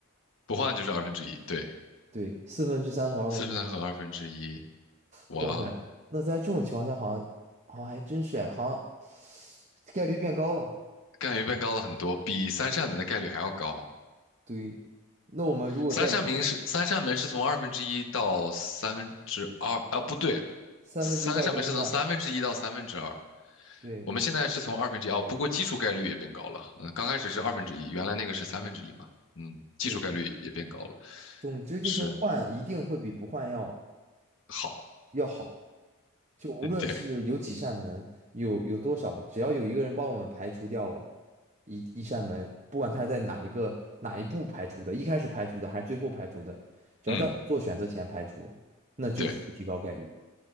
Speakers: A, on the left (about 60°); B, on the right (about 35°).
A: 不换就是二分之一，对，
B: 对，四分之三和二分之一
A: 四分之三和二分之一，哇哦。
B: 哇塞，那在这种情况下，好像好像还真是哎，好像概率变高了。
A: 概率变高了很多，比三扇门的概率还要高。
B: 对，那我们如果再演
A: 三扇门是三扇门是从二分之一到三分之二啊，不对，
B: 三分之一到三分之二，
A: 三扇门是从三分之一到三分之二。
B: 对
A: 我们现在是从二分之一哦，不过基础概率也变高了。嗯，刚开始是二分之一，原来那个是三分之一嘛。嗯，基础概率也变高了。
B: 对，总之就是换一定会比不换要
A: 是，好，
B: 要好。就无论是有几扇门，
A: 对，
B: 有有多少，只要有一个人帮我们排除掉了一一扇门，不管他是在哪一个哪一步排除的，一开始排除的还是最后排除的，只要在我们做选择前排除，
A: 嗯，
B: 那就是会提高概率。
A: 对